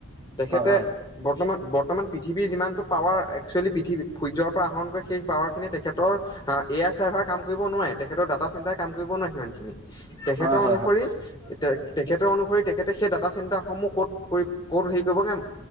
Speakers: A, on the left (about 20°); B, on the right (about 15°).
A: তেখেতে
B: হয়, হয়,
A: বৰ্তমান, বৰ বৰ্তমান পৃথিৱী যিমানটো পাৱাৰ একচুৱেলি পৃথিৱীৰ সূৰ্য্য পৰা আহৰণ কৰে সেই পাৱাৰ খিনিয়ে তেখেত তৰ আ, এ য়াৰ চাৰ্ভাৰ কাম কৰিব নোৱাৰে, তেখেতৰ ডাটা চেণ্টাৰ কাম কৰিব নোৱাৰে সিমান খিনি তেখেতৰ
B: হয়, হয়,
A: অনুসৰি,
B: হয়,
A: তে-তেখেতৰ অনুসৰি তেখেতে সেই ডাটা চেণ্টাৰসমূহ ক'ত কৰি ক'তো হেৰি কৰিবগে উম,